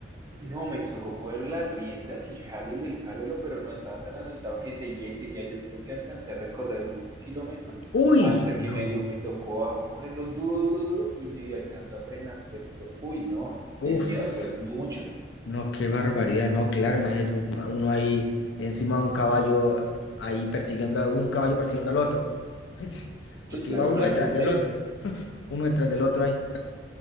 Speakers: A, on the right; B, on the left.
A: No, me tocó coger las riendas y jálelo y jálelo, pero no estaba tan asustado que seguía y seguía. Yo creo que alcancé a recorrer un kilómetro
B: Uy,
A: hasta que
B: no.
A: medio me tocó a cogerlo duro, duro, duro y medio alcanzó a frenar. Pero, uy, no,
B: Uf,
A: el miedo fue mucho.
B: no, qué barbaridad. No, claro, imagínate uno uno ahí encima de un caballo, ahí persiguiendo a un caballo persiguiendo al otro. <laughs> Porque
A: Sí, claro,
B: iba uno
A: imagínate
B: detrás del
A: eso.
B: otro. <laughs> Uno detrás del otro ahí.